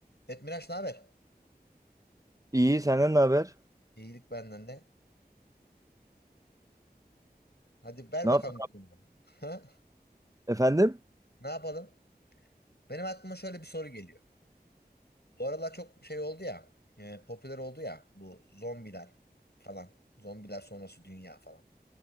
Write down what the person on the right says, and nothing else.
İyi, senden ne haber?
Ne
yap?
Efendim?